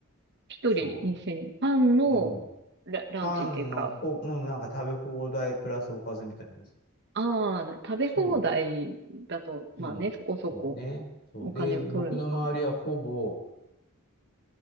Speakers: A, on the right; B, on the left.
A: 一人2000円。
B: そ
A: パンのラ、
B: う。うん。
A: ランチっていうか、
B: パンのほ、うん、なんか食べ放題プラスおかずみたいなやつ。
A: ああ、食べ放題だと、
B: そう。
A: まあね、
B: うん。
A: そこそこ
B: そうね。そう。
A: お金を取るのかも。
B: で、僕の周りはほぼ